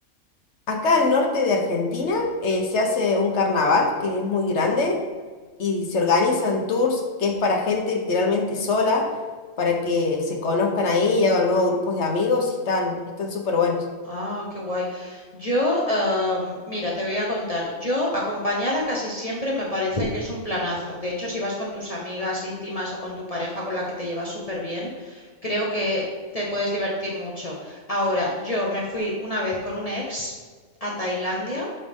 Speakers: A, on the left (about 55°); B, on the left (about 30°).
A: Acá al norte de Argentina, eh, se hace un carnaval que es muy grande. y se organizan tours que es para gente literalmente sola, para que se conozcan ahí y hagan nuevos grupos de amigos, y están, están súper buenos.
B: Ah, qué guay. Yo, em, mira, te voy a contar. Yo, acompañada casi siempre me parece que es un planazo. De hecho, si vas con tus amigas íntimas o con tu pareja con la que te llevas súper bien, creo que te puedes divertir mucho. Ahora, yo me fui una vez con un ex a Tailandia